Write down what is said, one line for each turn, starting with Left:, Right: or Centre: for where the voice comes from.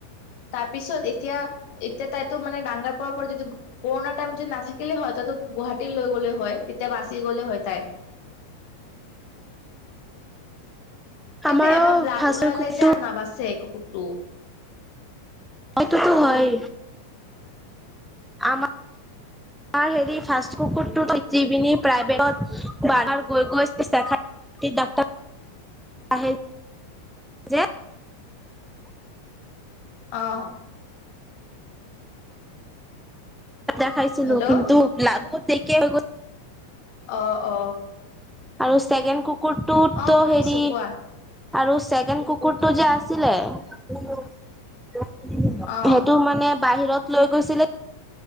Left: তাৰপিছত এতিয়া এতিয়া তাইতো মানে ৰাঙা পাৰ পৰা যদি কৰোণা টাইম যদি নাথাকিলে হয় তাতো গুৱাহাটী লৈ গ'লেই হয়। তেতিয়া বাচি গ'লে হৈ তাই। কিন্তু
Centre: আমাৰো
Left: এবাৰ ব্লাট
Centre: ফাৰ্ষ্টৰ
Left: ওলালে
Centre: কুকুৰটো
Left: যে আৰু ন বাচছে কুকুৰটো।
Centre: এইটোতো হয়। আমাৰ ত হেৰি ফাষ্ট কুকুৰটো জিৱিনী প্ৰাইভেটত বাৰাৰ গৈ গৈখাই ডাক্টৰ <unintelligible> আহে যে
Left: অঁ
Centre: দেখাইছিলো
Left: হেল্ল'
Centre: কিন্তু লাগু দেৰিকে হৈ গ'ল।
Left: অ অ
Centre: আৰু ছেকেণ্ড কুকুৰটো
Left: অ
Centre: তো
Left: শুনিছো
Centre: হেৰি
Left: কোৱা
Centre: আৰু ছেকেণ্ড কুকুৰটো যে আছিলে সেইটো
Left: অ
Centre: মানে বাহিৰত লৈ গৈছিলে।